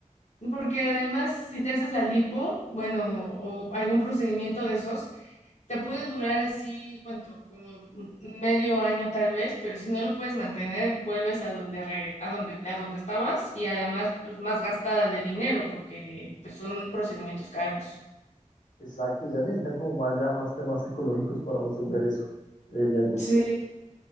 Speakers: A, on the left; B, on the left.
A: porque además si te haces la lipo, bueno, o algún procedimiento de esos, te puede durar así, ¿cuánto? Como m- medio año tal vez, pero si no lo puedes mantener, vuelves a donde regre- a donde, a donde estabas y además pues más gastada de dinero porque pues son procedimientos caros.
B: Exacto, y ya necesitan como más, ya más temas psicológicos para resolver eso, creería yo.
A: Sí,